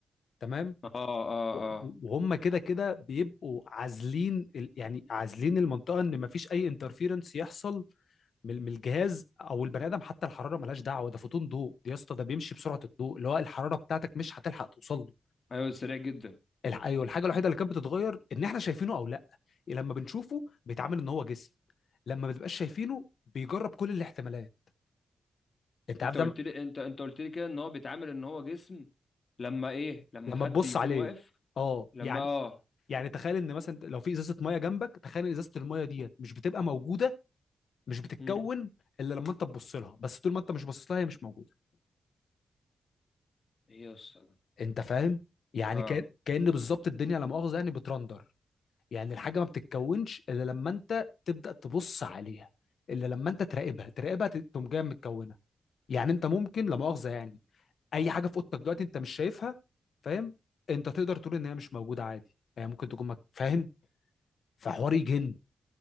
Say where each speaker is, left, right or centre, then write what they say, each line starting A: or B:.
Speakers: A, on the left (about 75°); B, on the left (about 55°).
A: تمام
B: اه اه
A: و-
B: اه
A: وهم كده كده بيبقوا عازلين ال- يعني عازلين المنطقه ان ما فيش اي انترفيرنس يحصل من من الجهاز او البني ادم حتى الحراره ملهاش دعوه ده فوتون ضوء دي يا اسطى ده بيمشي بسرعه الضوء اللي هو الحراره بتاعتك مش هتلحق توصل له
B: ايوه سريع جدا
A: الح... ايوه الحاجه الوحيده اللي كانت بتتغير ان احنا شايفينه او لا لما بنشوفه بيتعامل ان هو جسم لما ما بتبقاش شايفينه بيجرب كل الاحتمالات انت عارف
B: انت
A: ده
B: قلت
A: م-
B: لي انت انت قلت لي كده ان هو بيتعامل ان هو جسم لما ايه لما
A: لما
B: حد
A: تبص
B: يكون
A: عليه
B: واقف
A: اه
B: لما
A: يعني
B: اه
A: يعني تخيل ان مثلا لو في ازازه ميه جنبك تخيل ان ازازه الميه ديت مش بتبقى موجوده مش بتتكون
B: مم.
A: الا لما انت تبص لها بس طول ما انت مش باصص لها هي مش موجوده
B: ايه يا اسطى ده؟
A: انت فاهم يعني
B: اه
A: كان كان بالظبط الدنيا لا مؤاخذه يعني بترندر يعني الحاجه ما بتتكونش الا لما انت تبدا تبص عليها الا لما انت تراقبها تراقبها ت- تقوم جايه متكونه يعني انت ممكن لا مؤاخذه يعني اي حاجه في اوضتك دلوقتي انت مش شايفها فاهم انت تقدر تقول ان هي مش موجوده عادي يعني ممكن تكون مك... فاهم فحوار يجن